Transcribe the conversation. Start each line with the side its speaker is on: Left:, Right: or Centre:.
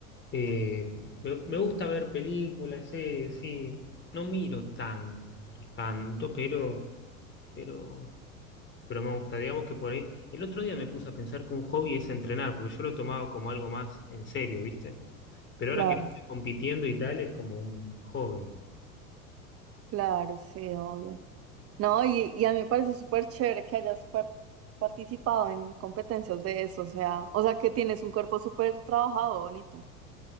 Left: Eh, me, me gusta ver películas, series, sí. No miro tanto, tanto, pero, pero, pero me gusta. Digamos que por ahí. El otro día me puse a pensar que un hobby es entrenar, porque yo lo tomaba como algo más en serio, ¿viste? Pero ahora
Right: claro,
Left: que no estoy compitiendo y tal, es como un hobby.
Right: claro, sí, obvio. No, y, y a mí me parece súper chévere que hayas par- participado en competencias de eso, o sea, o sea que tienes un cuerpo súper trabajado, bonito.